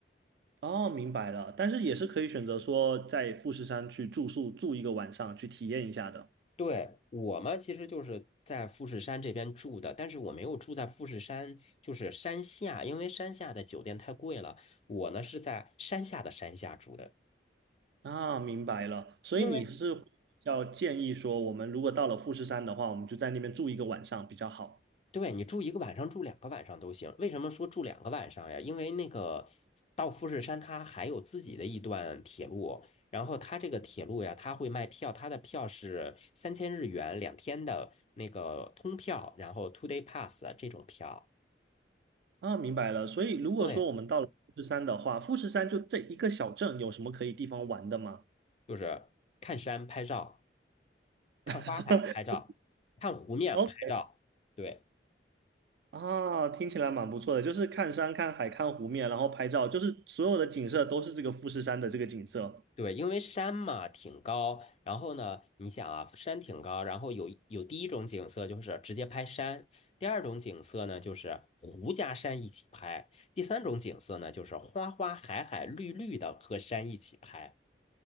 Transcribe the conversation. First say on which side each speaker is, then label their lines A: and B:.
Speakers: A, on the right; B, on the left.
A: 哦，明白了，但是也是可以选择说在富士山去住宿住一个晚上，去体验一下的。
B: 对，我们其实就是在富士山这边住的，但是我没有住在富士山，就是山下，因为山下的酒店太贵了，我呢是在山下的山下住的。
A: 啊，明白了，所以你是要建议说，
B: 因为。
A: 我们如果到了富士山的话，我们就在那边住一个晚上比较好。
B: 对，你住一个晚上，住两个晚上都行。为什么说住两个晚上呀？因为那个到富士山，它还有自己的一段铁路，然后它这个铁路呀，它会卖票，它的票是三千日元两天的那个通票，然后 two day pass 这种票。
A: 啊，明白了，所以如果说我们到了富士山的话，
B: 对，
A: 富士山就这一个小镇，有什么可以地方玩的吗
B: 就是看山拍照，看花海拍照，
A: <laughs>
B: 看湖面拍照。
A: ？OK，
B: 对。
A: 啊，听起来蛮不错的，就是看山、看海、看湖面，然后拍照，就是所有的景色都是这个富士山的这个景色。
B: 对，因为山嘛挺高，然后呢，你想啊，山挺高，然后有有第一种景色就是直接拍山，第二种景色呢就是湖加山一起拍，第三种景色呢就是花花海海绿绿的和山一起拍。